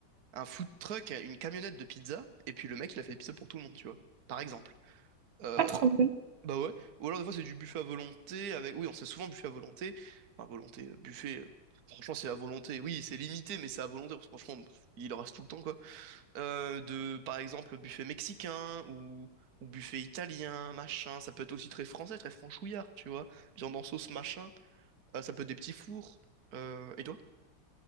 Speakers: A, on the right; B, on the right.
A: un food truck, une camionnette de pizza, et puis le mec, il a fait des pizzas pour tout le monde, tu vois. Par exemple. Euh,
B: Pas trop bien.
A: bah ouais. Ou alors, des fois, c'est du buffet à volonté avec. Oui, on sait souvent buffet à volonté. Enfin, volonté, euh, buffet. euh, Franchement, c'est à volonté. Oui, c'est limité, mais c'est à volonté. parce que franchement, pff, il en reste tout le temps, quoi. Euh, de, par exemple, buffet mexicain ou, ou buffet italien, machin. Ça peut être aussi très français, très franchouillard, tu vois. Viande en sauce, machin. Euh, ça peut être des petits fours. Euh, et toi?